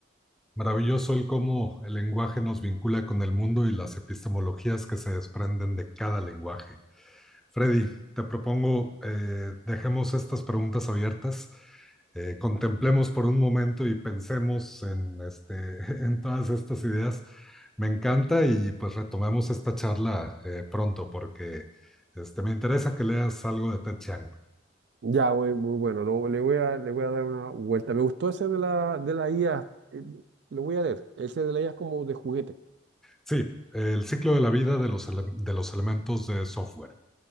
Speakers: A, in the centre; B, on the right.
A: Maravilloso el cómo el lenguaje nos vincula con el mundo y las epistemologías que se desprenden de cada lenguaje. Freddy, te propongo, eh, dejemos estas preguntas abiertas, eh, contemplemos por un momento y pensemos en, este, <laughs> en todas estas ideas. Me encanta y pues retomemos esta charla eh, pronto porque este, me interesa que leas algo de Ted Chiang.
B: Ya, muy, muy bueno, lo- le voy a, le voy a dar una vuelta. Me gustó ese de la, de la IA, eh, lo voy a leer. Ese de la IA es como de juguete.
A: Sí, eh, el ciclo de la vida de los, ele- de los elementos de software.